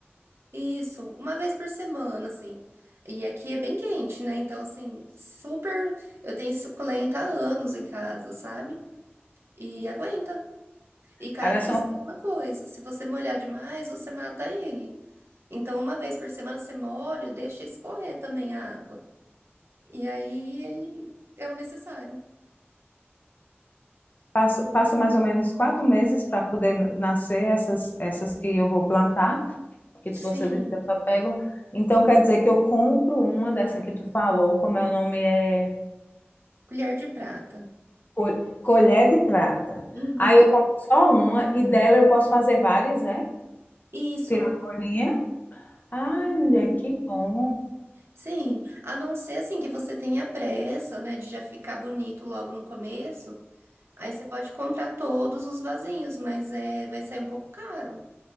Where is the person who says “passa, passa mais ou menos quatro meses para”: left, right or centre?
Left